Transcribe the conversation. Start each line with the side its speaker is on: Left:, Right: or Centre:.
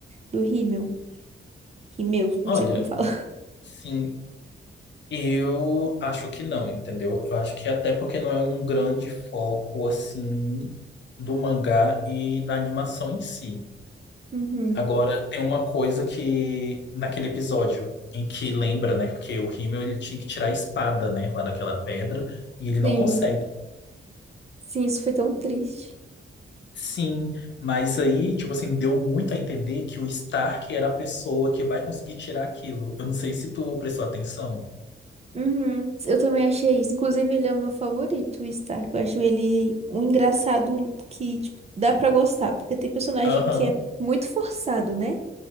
Right: do Rímel? Rímel,
Left: Olha,
Right: não sei como fala.
Left: sim, Eu acho que não, entendeu? Eu acho que até porque não é um grande foco assim do mangá e da animação em si.
Right: Uhum.
Left: Agora tem uma coisa que naquele episódio em que lembra, né? Porque o Himmel ele tinha que tirar a espada, né, lá daquela pedra e ele não
Right: Sim.
Left: consegue.
Right: Sim, isso foi tão triste.
Left: Sim, mas aí, tipo assim, deu muito a entender que o Stark era a pessoa que vai conseguir tirar aquilo. Eu não sei se tu prestou atenção.
Right: Uhum. Eu também achei isso. Inclusive, ele é o meu favorito, o Stark. Eu acho ele um engraçado que, tipo, dá pra gostar, porque tem personagem
Left: Aham,
Right: que é muito forçado, né?